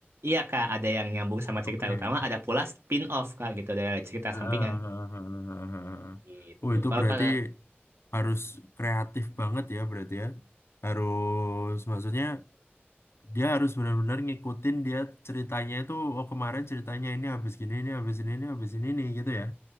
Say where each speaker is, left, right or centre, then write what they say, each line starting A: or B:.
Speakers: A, on the right; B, on the left.
A: Iya, Kak, ada yang nyambung sama
B: Oke.
A: cerita utama, ada pula spin-off, Kak, gitu, dari cerita
B: Ha, ha,
A: sampingan.
B: ha, ha, ha, ha, ha.
A: Gitu.
B: Oh, itu
A: Kalau
B: berarti
A: Kak,
B: harus kreatif banget ya, berarti ya. Harus, maksudnya dia harus benar-benar ngikutin dia ceritanya itu. Oh, kemarin ceritanya ini habis gini, ini habis ini, ini habis ini, ini gitu ya.